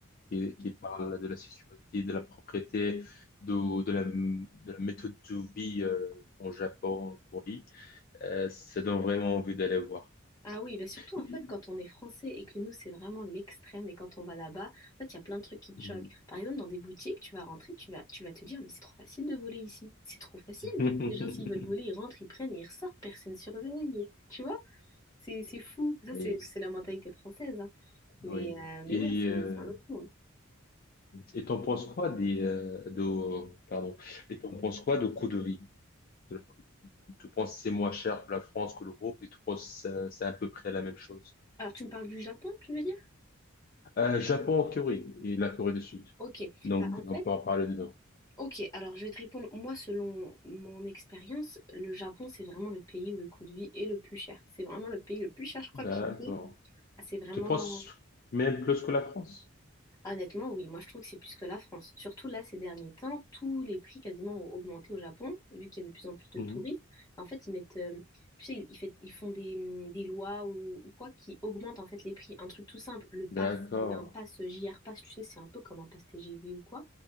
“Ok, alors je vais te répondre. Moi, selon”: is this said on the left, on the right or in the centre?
Left